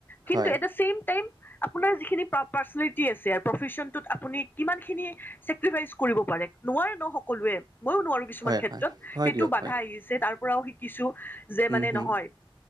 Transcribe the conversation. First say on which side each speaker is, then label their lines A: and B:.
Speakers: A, on the left; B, on the right.
A: কিন্তু
B: হয়।
A: এটা ছেম টাইম আপোনাৰ যিখিনি পা পাৰ্চনেলিটি আছে আৰু প্ৰফেচনটোত আপুনি কিমানখিনি চেকৰিফাইচ কৰিব পাৰে, নোৱাৰে ন সকলোৱে মইয়ো নোৱাৰো কিছুমান
B: হয়,
A: ক্ষেত্ৰত,
B: হয়, হয়
A: সেইটো
B: দিয়ক
A: বাধা
B: হয়।
A: আহিছ ছে তাৰ পৰাও শিকিছো যে
B: উম,
A: মানে
B: হুম।
A: নহয়।